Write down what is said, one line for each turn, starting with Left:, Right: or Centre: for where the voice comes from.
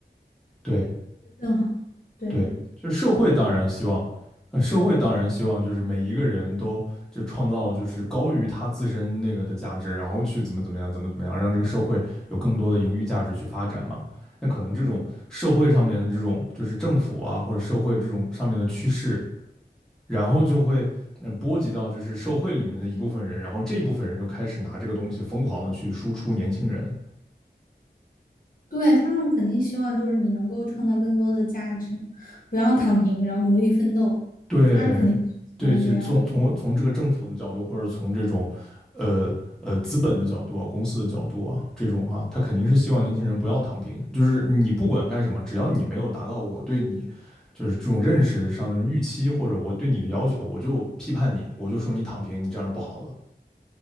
Centre: 对，
Left: 更好，对。
Centre: 对，就是社会当然希望，呃，社会当然希望就是每一个人都就创造就是高于他自身那个的价值，然后去怎么怎么样，怎么怎么样，让这个社会有更多的盈余价值去发展嘛。那可能这种社会上面的这种就是政府啊或者社会这种上面的趋势，然后就会嗯波及到就是社会里面的一部分人，然后这部分人就开始拿这个东西疯狂的去输出年轻人，
Left: 对，他们肯定希望就是你能够创造更多的价值，不要躺平，然后努力奋斗，
Centre: 对，
Left: 他肯定是希望这个样子。
Centre: 对，是从从从这个政府的角度，或者从这种，呃呃资本的角度啊，公司的角度啊，这种哈、他肯定是希望年轻人不要躺平，就是你不管干什么，只要你没有达到我对你就是这种认识上这种预期，或者我对你的要求，我就批判你，我就说你躺平，你这样是不好的。